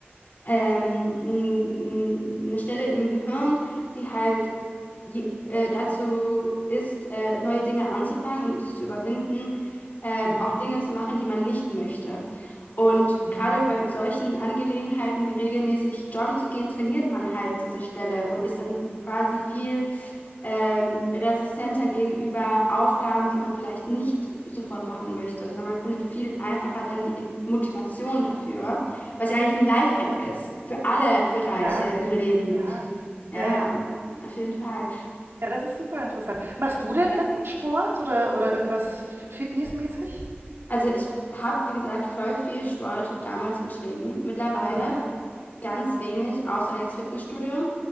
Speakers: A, on the left; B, on the right.
A: ähm, n- n- eine Stelle im Gehirn, die halt je- äh, dazu ist, äh, neue Dinge anzufangen und sich zu überwinden, ähm,
B: Mhm.
A: auch Dinge zu machen, die man nicht möchte. Und
B: Mhm.
A: gerade bei solchen Angelegenheiten wie regelmäßig joggen zu gehen, trainiert man halt diese Stelle und ist dann quasi viel ähm, resistenter gegenüber Aufgaben, die man vielleicht nicht sofort machen möchte, sondern man findet viel einfacher dann die In- Motivation dafür. Was ja eigentlich ein Lifehack
B: Okay.
A: ist für alle Bereiche
B: Ja,
A: im Leben.
B: ja,
A: Ja,
B: ja, ja.
A: auf jeden Fall.
B: Ja, das ist super interessant. Machst du denn irgendeinen Sport oder, oder irgendwas f- fitnessmäßig?
A: Also ich habe, wie gesagt, voll viel Sport damals betrieben. Mittlerweile
B: Aha.
A: ganz wenig, außer jetzt Fitnessstudio.